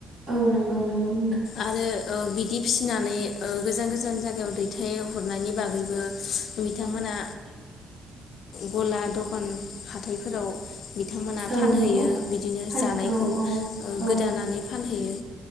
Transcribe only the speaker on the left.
आरो ओ बिदि फिसिनानै ओ गोजान गोजान जायगायाव दैथाय हरनायनि बागैबो बिथांमोना गला दखान हाथायफोराव बिथांमोना
फानहैयो
बिदिनो
जानायखौ
ओ
गोदानानै फानहैयो